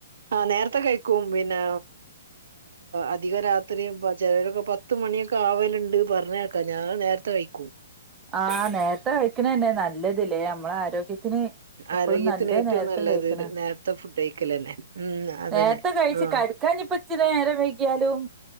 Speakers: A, on the right; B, on the right.
A: ആഹ് നേര്ത്തെകഴിക്കും പിന്നെ അധികം രാത്രി ചെലരൊക്കെ പത്ത്മണിയൊക്കെ ആവലുണ്ട് പറഞ്ഞേക്കാം ഞാൻ നേര് ത്തെകയ്ക്കും
B: ആഹ് നേര്ത്തെ കഴിക്കണന്നെ നല്ലതലേ നമ്മളെ ആരോഗ്യ ത്തിന് എപ്പൊഴും
A: ആരോഗ്യത്തിന്
B: നല്ല
A: ഏറ്റവും
B: നേരത്തെകഴിക്കണ
A: നല്ലത് നേരത്തെ ഫുഡ് കഴിക്കലന്നെ ഉം അതന്നെ
B: നേരത്തെ കഴിച്ച്
A: ആഹ്
B: കെ കാഞ്ഞിപ്പച്ചിരി നേരവൈകിയാലും